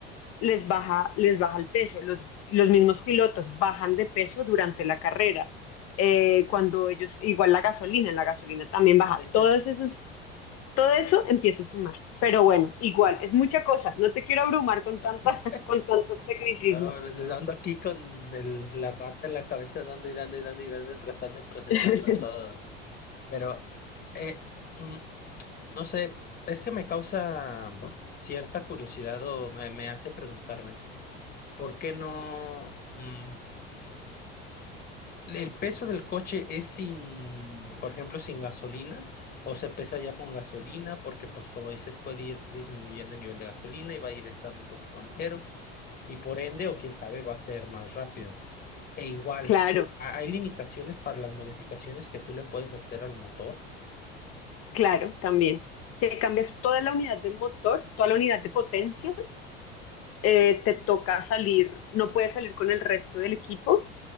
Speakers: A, on the left; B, on the left.
A: les baja, les baja el peso. Los, los mismos pilotos bajan de peso durante la carrera. Eh, cuando ellos, igual la gasolina, la gasolina también baja.
B: Es
A: Todos
B: eso.
A: esos, todo eso empieza a sumar. Pero bueno, igual, es mucha cosa. No te quiero abrumar con
B: Ah,
A: tanta, <laughs> con tantos tecnicismos.
B: Ahora se- ando aquí con el- la rata en la cabeza, dando y dando y dando y dando, tratando de procesarlo
A: <laughs>
B: todo. Pero, eh, mm, no sé, es que me causa cierta curiosidad o me, me hace preguntarme, ¿por qué no? mm, ¿El peso del coche es sin, por ejemplo, sin gasolina? ¿O se pesa ya con gasolina? Porque, pues, como dices, puede ir disminuyendo el nivel de gasolina y va a ir estando un poquito más ligero. Y por ende, o quién sabe, va a ser más rápido. E igual,
A: Claro,
B: ¿ha- ¿hay limitaciones para las modificaciones que tú le puedes hacer al motor?
A: claro, también. Si cambias toda la unidad de motor, toda la unidad de potencia, eh, te toca salir, no puedes salir con el resto del equipo